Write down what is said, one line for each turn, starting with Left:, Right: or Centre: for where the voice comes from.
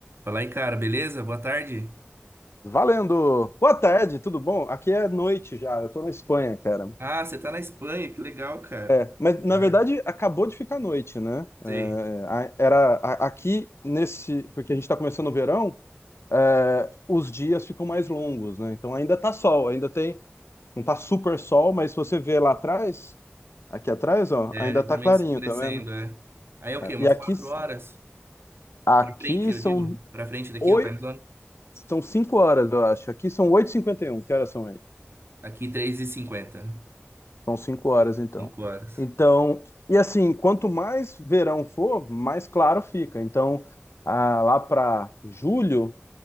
Right: Fala aí, cara, beleza? Boa tarde.
Left: Valendo! Boa tarde, tudo bom? Aqui é noite já, eu tô na Espanha, cara.
Right: Ah, você tá na Espanha, que legal, cara.
Left: É, mas na
Right: Ah,
Left: verdade acabou de ficar noite, né?
Right: sei.
Left: É, a- era a- aqui nesse, porque a gente tá começando o verão, é, os dias ficam mais longos, né? Então ainda tá sol, ainda tem, não tá super sol, mas se você vê lá atrás, aqui atrás, ó,
Right: É,
Left: ainda
Right: já
Left: tá
Right: tá meio
Left: clarinho,
Right: escurecendo,
Left: tá vendo?
Right: é. Aí é o
Left: É,
Right: quê? Umas
Left: e aqui,
Right: quatro horas?
Left: aqui
Right: Pra frente, eu
Left: são
Right: digo? Pra frente daqui,
Left: oito,
Right: o time zone?
Left: são cinco horas, eu acho. Aqui são 8h51, que horas são aí?
Right: Aqui, três e cinquenta.
Left: São cinco horas, então.
Right: cinco horas.
Left: Então, e assim, quanto mais verão for, mais claro fica. Então, ah, lá para julho,